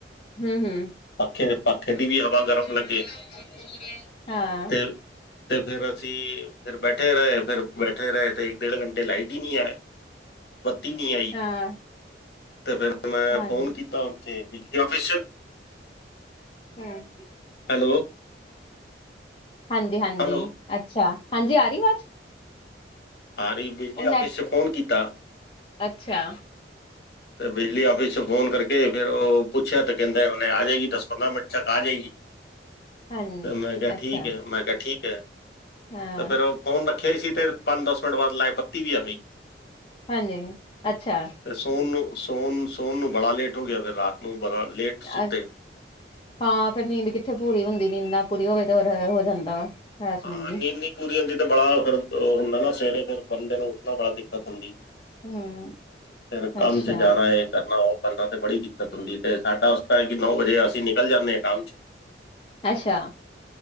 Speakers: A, on the left; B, on the left.
A: ਹਮ ਹਮ
B: ਪੱਖੇ ਪੱਖੇ ਦੀ ਵੀ ਹਵਾ
A: <unintelligible>
B: ਗਰਮ ਲੱਗੇ
A: ਹਾਂ
B: ਤੇ ਤੇ ਫੇਰ ਅਸੀਂ ਫੇਰ ਬੈਠੇ ਰੇ, ਫਿਰ ਬੈਠੇ ਰੇ ਤੇ ਏਕ ਡੇਢ ਘੰਟੇ ਲਾਈਟ ਹੀ ਨੀ ਆਏ। ਬੱਤੀ ਨੀ ਆਈ
A: ਹਾਂ
B: ਤੇ ਫੇਰ
A: ਹਾਂਜੀ।
B: ਤਾਂ ਔਥੇ ਬਿਜਲੀ ਔਫਿਸ
A: ਹੰ,
B: ਹੈਲੋ
A: ਹਾਂਜੀ- ਹਾਂਜੀ।
B: ਹੈਲੋ
A: ਅੱਛਾ ਹਾਂਜੀ ਆ ਰੀ ਵਾਜ।
B: ਆ ਰੀ ਬਿਜਲੀ
A: ਨੈਟ
B: ਆਫਿਸ ਸੇ ਫੋਨ ਕੀਤਾ।
A: ਅੱਛਾ।
B: ਤੇ ਬਿਜਲੀ ਆਫਿਸ ਚ ਫੋਨ ਕਰਕੇ ਫੇਿਰ ਔਹ ਪੁੱਛਿਆ ਤੇ ਕੈਂਦੇ ਔਨੇ ਆ ਜੇਗੀ ਦਸ ਪੰਦਰਾਂ ਮਿੰਟ ਛਾਕ ਆ ਜੇਗੀ।
A: ਹਾਂ
B: ਤੇ ਮੈਂ ਕਿਹਾ
A: ਅੱਛਾ
B: ਠੀਕ ਹੈ ਮੈਂ ਕਿਹਾ ਠੀਕ ਹੈ
A: ਹਾਂ
B: ਤੇ ਫਿਰ ਉਹ ਫੋਨ ਰੱਖਿਆ ਹੀ ਸੀ ਤੇ ਪੰਜ ਦਸ ਮਿੰਟ ਬਾਅਦ ਲੈ ਬੱਤੀ ਵੀ ਆ ਗਈ।
A: ਹਾਂਜੀ ਅੱਛਾ
B: ਤੇ ਸੋਣ ਨੂੰ ਸੋਣ ਸੋਣ ਨੂੰ ਬੜਾ ਲੇਟ ਹੋ ਗਿਆ ਫਿਰ ਰਾਤ ਨੂੰ ਬੜਾ ਲੇਟ ਸੁੱਤੇ
A: ਅ ਹਾਂ ਫਿਰ ਨੀਂਦ ਕਿੱਥੇ ਪੂਰੀ ਹੁੰਦੀ ਨੀਂਦ ਨਾ ਪੂਰੀ ਹੋਵੇ ਤੇ <unintelligible> ਹੋ ਜਾਂਦਾ ਵਾ ਹਰਾਸਮੈਂਟ
B: ਹਾਂ
A: ਜੀ
B: ਨੀਂਦ ਨੀ ਪੂਰੀ ਹੁੰਦੀ ਤੇ ਬੜਾ ਫਿਰ ਉਹ ਹੁੰਦਾ ਨਾ ਸਵੇਰੇ ਫਿਰ ਬੰਦੇ ਨੂੰ ਉੱਠਣਾ ਬੜਾ ਦਿੱਕਤ ਹੁੰਦੀ
A: ਹੂੰ
B: ਫਿਰ ਕੰਮ
A: ਅੱਛਾ
B: ਚ ਜਾਣਾ ਹੈ ਕਰਨਾ ਹੋ ਬੰਦਾ ਤੇ ਬੜੀ ਦਿੱਕਤ ਹੁੰਦੀ ਹੈ ਤੇ ਸਾਡਾ ਉਸ ਤਰ੍ਹਾਂ ਕਿ ਨੌ ਵਜੇ ਅਸੀਂ ਨਿਕਲ ਜਾਂਦੇ ਹਾਂ ਕੰਮ ਚ
A: ਅੱਛਾ